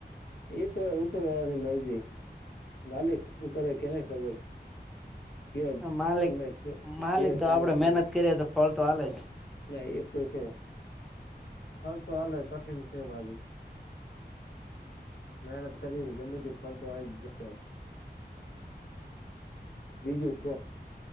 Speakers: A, on the left (about 75°); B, in the centre.
A: એ તો ઉપર વાળાની મરજી. માલિક હું કરે કેને ખબર? ક્યા
B: માલિક
A: સમયસર?
B: માલિક
A: કયા
B: તો
A: સમય
B: આપડે
A: સુધ
B: મહેનત કરીએ તો ફળ તો હાલે જ
A: ના, એ તો છે, ફલ તો હાલે કઠિન સે બાકી. મહેનત કરીયે તો, ગમે તી ફલ તો આવી જાય. બીજું કો?